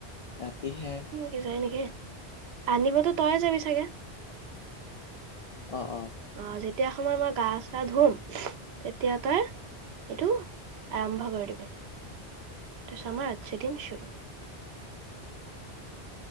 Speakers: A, on the left (about 55°); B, on the right (about 70°).
A: ৰাতিহে।
B: সি যায় নেকি? আনিবতো তই যাবি চাগে।
A: অ, অ,
B: অ, যেতিয়া সময় মই গা চা ধুম তেতিয়া তই এইটো আৰম্ভ কৰি দিবি। তাৰ পাছত আমাৰ আটচি দিন সুৰো।